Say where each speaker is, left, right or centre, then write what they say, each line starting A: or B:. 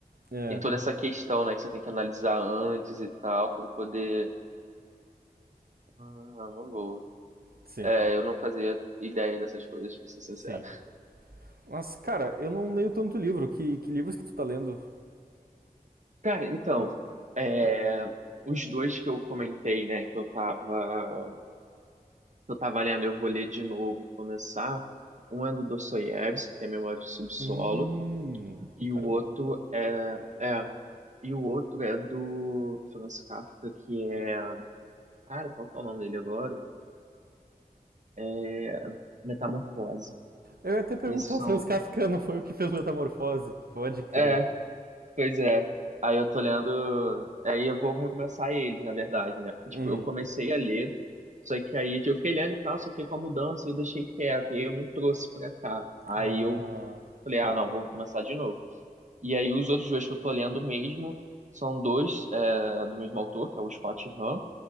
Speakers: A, on the right; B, on the right.
A: é,
B: Tem toda essa questão, né, que você tem que analisar antes e tal, pra poder. Ah, uma boa.
A: sim,
B: É, eu não fazia ideia dessas coisas, pra ser sincero.
A: sim. Mas, cara, eu não leio tanto livro. Que, que livros que tu tá lendo?
B: Cara, então, é, os dois que eu comentei, né, que eu tava, que eu tava lendo, eu vou ler de novo, começar. Um é do Dostoiévski, que é Memórias do Subsolo,
A: Hum,
B: e
A: caramba.
B: o outro é, é, e o outro é do Franz Kafka, que é, cara, qual que é o nome dele agora? É Metamorfose.
A: Eu ia até perguntar,
B: Esses são,
A: o Franz Kafka não foi o que fez Metamorfose? Pode crer.
B: é, Pois é. Aí eu tô lendo. Aí eu vou recomeçar eles, na verdade, né? Porque, tipo,
A: Uhum.
B: eu comecei a ler, só que aí tipo, eu fiquei lendo e tal, só que com a mudança eu deixei quieto, e eu não trouxe pra cá. Aí
A: Ah,
B: eu falei, ah,
A: pode
B: não,
A: crer.
B: vou começar de novo. E aí os outros dois que eu tô lendo mesmo são dois é, do mesmo autor, que é o Scott Hahn,